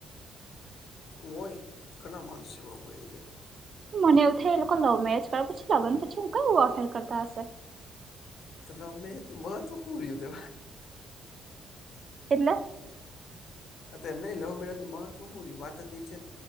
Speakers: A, on the left; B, on the right.
A: હોય ઘણા માણસો એવા હોય એ લ
B: મને એવું થ એ લોકો લવ મેરેજ કરે પછી લવને પછી હું કેમનું અફેર કરતા હશે.
A: તો લવ મેરેજનું મહત્ત્વ હું રહ્યું તો
B: એટલા.
A: એમને લવનું મહત્વ શું રયુ વાતએ છે.